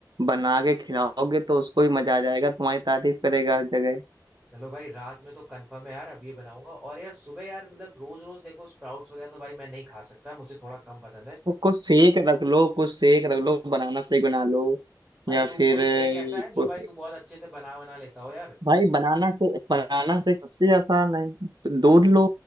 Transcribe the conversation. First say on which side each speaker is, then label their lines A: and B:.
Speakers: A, on the right (about 70°); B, on the right (about 15°).
A: बना के खिलाओगे तो उसको भी मजा आ जाएगा तुम्हारी तारीफ करेगा हर जगह
B: चलो भाई रात में तो कंफर्म है यार अब ये बनाऊंगा और यार सुबह यार मतलब रोज रोज देखो स्प्राउट्स वगैरह तो भाई मैं नहीं खा सकता मुझे थोड़ा कम पसंद है
A: तो कुछ सेक रख लो कुछ सेक रख लो बनाना शेक बना लो
B: भाई
A: या
B: तू
A: फिर
B: कोई
A: अ,
B: शेक ऐसा है
A: कोई-
B: जो भाई तू बहुत अच्छे से बना बना लेता हो यार
A: भाई बनाना से बनाना से सबसे आसान है दूध लो